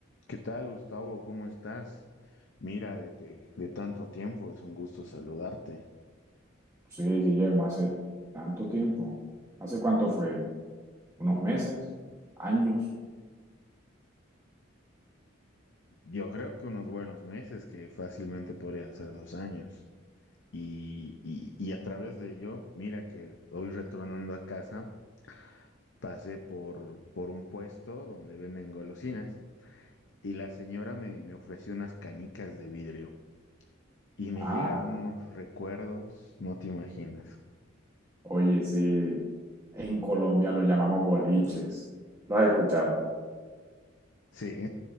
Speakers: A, on the left (about 60°); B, on the right (about 15°).
A: ¿Qué tal, Gustavo? ¿Cómo estás? Mira, de, te- de tanto tiempo, es un gusto saludarte.
B: Sí, Guillermo, hace tanto tiempo. ¿Hace cuánto fue? ¿Unos meses? ¿Años?
A: Yo creo que unos buenos meses, que fácilmente podrían ser dos años. Y, y, y a través de ello, mira que hoy retornando a casa, pasé por, por un puesto donde venden golosinas y la señora me, me ofreció unas canicas de vidrio y me
B: Ah,
A: llegaron unos recuerdos, no te imaginas.
B: oye, sí. En Colombia lo llamamos boliches. Lo has escuchado.
A: Sí.